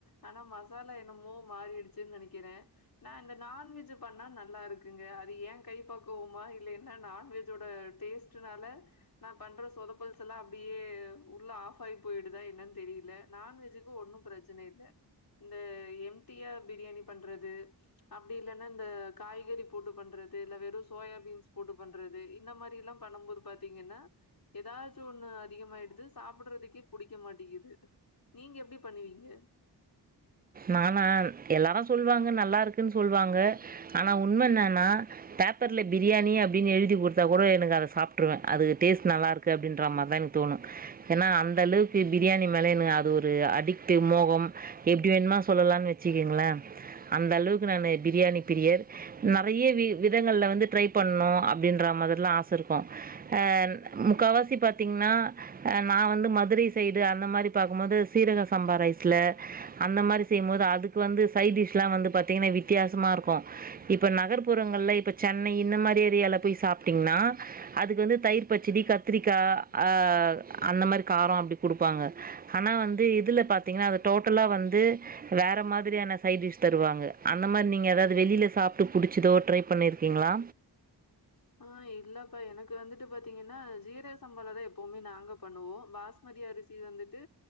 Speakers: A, on the left; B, on the right.
A: ஆனா மசாலா என்னமோ மாறிடுச்சுன்னு நெனைக்கிறேன் நான் இந்த நான்வெஜ்ஜு பண்ணா நல்லா இருக்குங்க அது ஏன் கைப்பக்குவமா இல்ல என்னா நான்வெஜ்ஜோட டேஸ்ட்டுனால நான் பண்ற சொதப்பல்சல்லா அப்டியே உள்ள ஆஃப் ஆகி போயி்டுதா என்னன்னு தெரில நான்வெஜ்ஜுக்கு ஒன்னும் பிரச்சன இல்ல இந்த எம்ட்டியா பிரியாணி பண்றது அப்டி இல்லன்னா இந்த காய்கறி போட்டு பண்றது இல்ல வெறும் சோயா பீன்ஸ் போட்டு பண்றது இந்த மாரில்லா பண்ணம்போது பாத்தீங்கன்னா எதாச்சும் ஒண்ணு அதிகமாயிடுது சாப்புட்றதுக்கே புடிக்க மாட்டிக்குது நீங்க எப்டி பண்ணுவீங்க
B: நானா எல்லாரும் சொல்வாங்க நல்லா இருக்குன்னு சொல்வாங்க ஆனா உண்மன்னன்னா பேப்பர்ல பிரியாணி அப்டின்னு எழுதி குடுத்தா கூட எனக்கு அத சாப்ட்ருவேன் அதுக்கு டேஸ்ட் நல்லா இருக்கு அப்டின்ற மாரிதான் எனக்கு தோணும் ஏன்னா அந்த அளவுக்கு பிரியாணி மேல எனக்கு அது ஒரு அடிக்ட்டு மோகம் எப்டி வேணுமா சொல்லலானு வெச்சுக்குங்களேன் அந்த அளவுக்கு நானு பிரியாணி பிரியர் நறைய வி விதங்கள்ல வந்து ட்ரை பண்னும் அப்டின்ற மாதிரிலாம் ஆசை இருக்கும் ஆ முக்கவாசி பாத்தீங்கன்னா அ நான் வந்து மதுரை சைடு அந்த மாரி பாக்கும்போது சீரக சாம்பா ரைஸ்ல அந்த மாரி செய்யும்போது அதுக்கு வந்து சைடிஷ்லாம் வந்து பாத்தீங்கன்னா வித்தியாசமா இருக்கும் இப்போ நகர்ப்புறங்கள்ல இப்போ சென்னை இந்த மாரி ஏரியால போய் சாப்ட்டிங்கன்னா அதுக்கு வந்து தயிர் பச்சிடி கத்திரிக்காய் அ அந்த மாரி காரம் அப்டி குடுப்பாங்க ஆனா வந்து இதுல பாத்தீங்கன்னா அது டோட்டலா வந்து வேற மாதிரியான சைடிஷ் தருவாங்க அந்த மாரி நீங்க எதாவது வெளியில சாப்ட்டு புடிச்சுதோ ட்ரை பண்ணிருக்கீங்களா
A: ஆ இல்லப்பா எனக்கு வந்துட்டு பாத்தீங்கன்னா ஜீரக சம்பாளதான் எப்பவுமே நாங்க பண்ணுவோம் பாஸ்மதி அரிசி வந்துட்டு